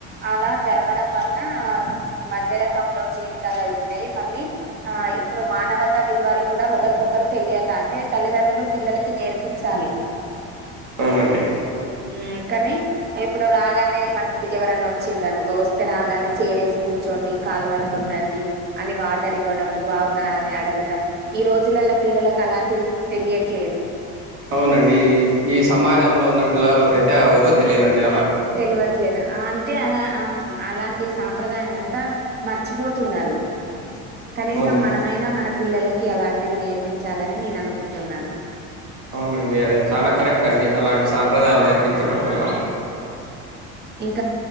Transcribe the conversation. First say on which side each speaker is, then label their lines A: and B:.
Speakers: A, on the right; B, on the right.
A: అలా జరగడం వలన మధ్యరకంలో జీవితాలు అవుతున్నాయి మళ్ళీ ఆ ఇప్పుడు మానవత్ విలువలు కూడా ఒకరికొకరు తెలియక అంటే తల్లిదండ్రులు పిల్లలకి నేర్పించాలి
B: అవునండి
A: హ్మ్ కానీ ఇప్పుడు రాగానే మన ఇంటికి ఎవరన్నా వచ్చింది అనుకో వస్తే రాగానే చేరేసి కూర్చో డి కళ్ళు కడుకొని రండి అని వాటర్ ఇవ్వడం బాగున్నార అని అడ డం ఈ రోజులల పిల్లలకు అలాంటివి తెలియట్లేదు
B: అవునండి ఈ సమాజంలో ఉన్న పిల్లలకు అయితే <unintelligible> తెలిదండి
A: తెలివట్లేదు ఆ అంటే అలా ఆ అలాంటి సంప్రదాయాన్ని అంతా మర్చిపోతున్నారు కనీసం
B: అవునండి
A: మనమైనా మన పిల్లలకి అలాంటివి నేర్పించాలని నేను అనుకుంటున్నాను
B: అవునండి అది చాలా కరెక్ట్ అండి అలాంటి సంప్రదాయాలు నేర్పించడం వల్ల
A: <unintelligible>